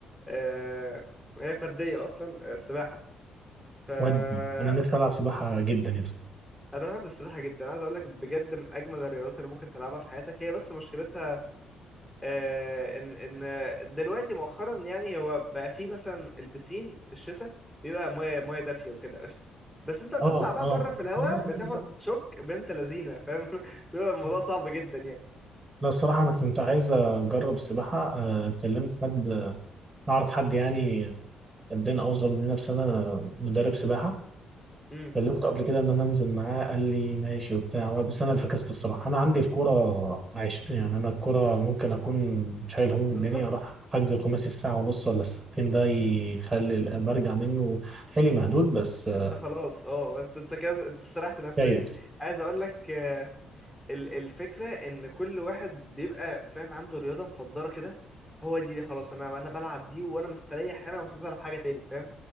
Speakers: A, in the centre; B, on the right.
A: آه، هي فرديه اصلا آه، السباحه ف آه،
B: ودي انا نفسي العب سباحه جدا يا اسطى
A: انا بحب السباحه جدا عايز اقول لك بجد من اجمل الرياضات اللي ممكن تلعبها في حياتك هي بس مشكلتها آه، ان ان دلوقتي مؤخرا يعني هو بقى في مثلا البسين في الشتاء بيبقى ميه ميه دافيه وكده قشطه بس انت بتطلع
B: اه
A: بقى
B: اه
A: بره في الهواء
B: يعني هي بجد
A: بتاخد شوك بنت لذينه فاهم <laughs> بيبقى الموضوع
B: بقى
A: صعب جدا يعني
B: لا الصراحة أنا كنت عايز أجرب السباحة آه، كلمت حد أعرف حد يعني قدنا أوصل مننا بسنة مدرب سباحة
A: امم
B: كلمته قبل كده إن أنا أنزل معاه قال لي ماشي وبتاع هو بس أنا اللي فكست الصراحة أنا عندي الكورة عايش يعني أنا الكورة ممكن أكون شايل هموم الدنيا
A: بالظبط
B: أروح حجز الخماسي الساعة ونص ولا الساعتين ده يخلي ال- برجع منه حيلي مهدود بس آه،
A: انت خلاص اه انت انت كده انت استريحت نفسيا
B: جيد
A: عايز اقول لك آه، ال- الفكرة إن كل واحد بيبقى فاهم عنده رياضة مفضلة كده هو دي خلاص أنا أنا بلعب دي وأنا مستريح هنا مش عايز ألعب حاجة تاني فاهم